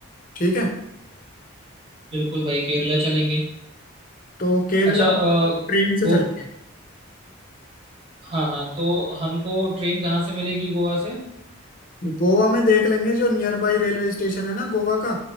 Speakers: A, on the left (about 40°); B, on the right (about 25°).
A: ठीक है
B: बिल्कुल भाई केरला चलेंगे
A: तो केरला
B: अच्छा अ,
A: ट्रेन से
B: वो
A: चलेंगे
B: हाँ हाँ तो हमको ट्रेन कहाँ से मिलेगी गोवा से हम्म
A: गोवा में देख लेंगे जो नियर बाई रेलवे स्टेशन है ना गोवा का